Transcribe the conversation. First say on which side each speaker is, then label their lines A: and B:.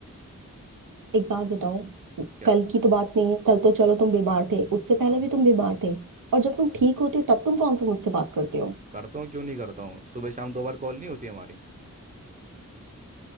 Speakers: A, on the right; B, on the right.
A: एक बात बताओ
B: क्या
A: कल की तो बात नहीं है कल तो चलो तुम बीमार थे उससे
B: हाँ
A: पहले भी तुम बीमार थे और जब तुम ठीक होते हो तब तुम कौन सा मुझसे बात करते हो
B: करता हूँ क्यों नहीं करता हूँ सुबह शाम दो बार कॉल नहीं होती हमारी